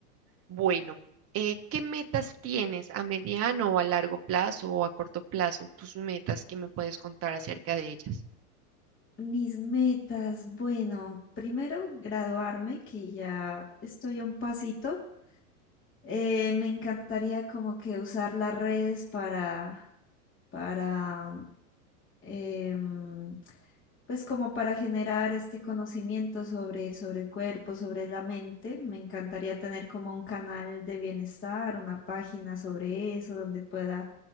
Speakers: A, on the right (about 30°); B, on the left (about 25°).
A: Bueno, eh, ¿qué metas tienes a mediano o a largo plazo o a corto plazo? Tus metas, ¿qué me puedes contar acerca de ellas?
B: Mis metas, bueno, primero graduarme, que ya estoy a un pasito. Eh, me encantaría como que usar las redes para, para, em, pues como para generar este conocimiento sobre, sobre el cuerpo, sobre la mente. Me encantaría tener como un canal de bienestar, una página sobre eso, donde pueda